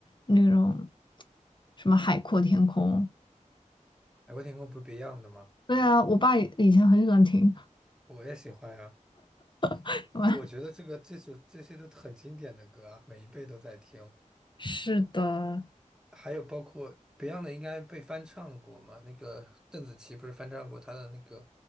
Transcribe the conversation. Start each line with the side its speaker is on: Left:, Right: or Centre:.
Left: 那种什么《海阔天空》。
Centre: 海阔天空不是 Beyond 的吗？
Left: 对啊，我爸以前很喜欢听。
Centre: 我也喜欢呀。
Left: <laughs>
Centre: 就我觉得这个这首这些都很经典的歌啊，每一辈都在听。
Left: 是的，
Centre: 还有包括 Beyond 的应该被翻唱过嘛？那个邓紫棋不是翻唱过她的那个